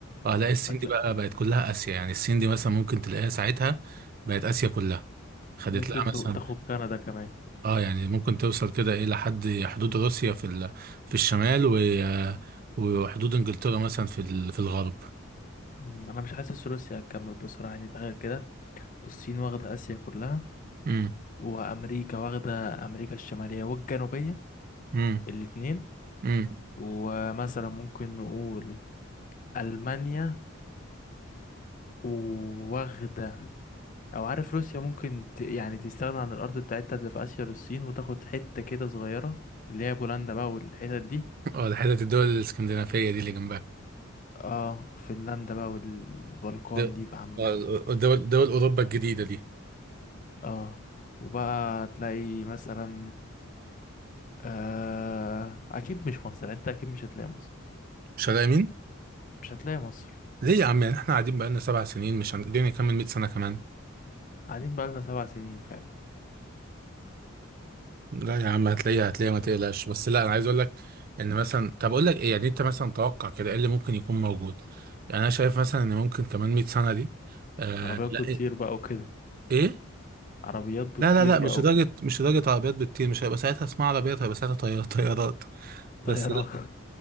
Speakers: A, on the right; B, on the left.
A: اه لا
B: ممكن
A: الصين
B: هتلا-
A: دي بقى بقت كلها اسيا يعني الصين دي مثلا ممكن تلاقيها ساعتها بقت اسيا كلها خدت
B: ممكن
A: لها مثلا
B: تو- تاخد كندا كمان
A: اه يعني ممكن توصل كده ايه لحد حدود روسيا في ال... في الشمال و... آه، وحدود انجلترا مثلا في ال... في الغرب
B: مم، أنا مش حاسس روسيا هتكمل بسرعة يعني تخيل كده الصين واخدة آسيا كلها
A: امم
B: وأمريكا واخدة أمريكا الشمالية والجنوبية
A: امم
B: الاتنين
A: امم.
B: ومثلا ممكن نقول ألمانيا وواخدة او عارف روسيا ممكن ت... يعني تستغنى عن الارض بتاعتها اللي في اسيا للصين وتاخد حتة كده صغيرة اللي هي بولندا بقى والحتت دي
A: اه ده حتة الدول الاسكندنافية دي اللي جنبها
B: اه فنلندا بقى والبلقان
A: دول
B: دي عامة
A: آه، دول دول أوروبا الجديدة دي
B: اه وبقى تلاقي مثلا آه اكيد مش مصر يعني انت اكيد مش هتلاقي مصر
A: مش هنلاقي
B: مش هتلاقي مصر
A: ليه يا عم يعني احنا قاعدين بقالنا سبع سنين مش هنقدر نكمل 100 سنة كمان
B: قاعدين بقى لنا سبع سنين فعلا
A: لا يا عم هتلاقيها هتلاقيها ما تقلقش بس لا أنا عايز أقول لك إن مثلا طب أقول لك إيه يعني أنت مثلا توقع كده إيه اللي ممكن يكون موجود يعني أنا شايف مثلا إن ممكن كمان 100 سنة دي آه
B: عربيات
A: لا
B: بتطير
A: إيه
B: بقى وكده
A: إيه؟
B: عربيات بتطير
A: لا لا لا
B: بقى
A: مش لدرجة
B: وكده
A: مش لدرجة عربيات بتطير مش هيبقى ساعتها اسمها عربيات هيبقى ساعتها طيار- <laughs> طيارات
B: طيران
A: بس لا